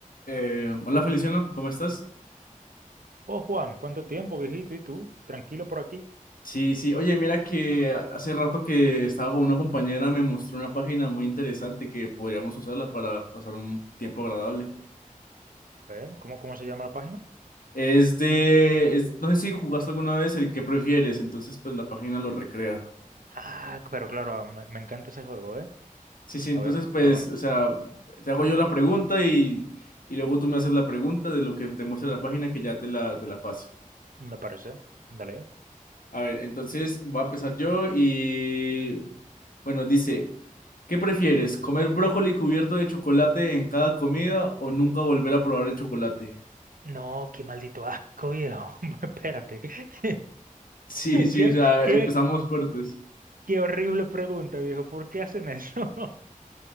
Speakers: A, on the left; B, on the right.
A: Eh, hola Feliciano, ¿cómo estás?
B: Oh, Juan, ¿cuánto tiempo, viejito? ¿Y tú? Tranquilo por aquí.
A: Sí, sí, oye, mira que a- hace rato que estaba con una compañera, me mostró una página muy interesante que podríamos usarla para pasar un tiempo agradable.
B: ¿Eh? ¿Cómo, cómo se llama la página?
A: Es de, es- no sé si jugaste alguna vez el que prefieres, entonces pues la página lo recrea.
B: Ah, pero claro, ah, me, me encanta ese juego, ¿eh?
A: Sí, sí, entonces
B: A ver,
A: pues,
B: probemos.
A: o sea, te hago yo la pregunta y, y luego tú me haces la pregunta de lo que te muestra la página que ya te la, te la paso.
B: Me parece. Dale.
A: A ver, entonces voy a empezar yo y bueno, dice... ¿Qué prefieres? ¿Comer brócoli cubierto de chocolate en cada comida o nunca volver a probar el chocolate? <laughs>
B: No, qué maldito asco, viejo. <laughs> Espérate. <laughs>
A: Sí, sí,
B: Qué,
A: o sea,
B: qué,
A: empezamos fuertes.
B: qué horrible pregunta, viejo. ¿Por qué hacen eso?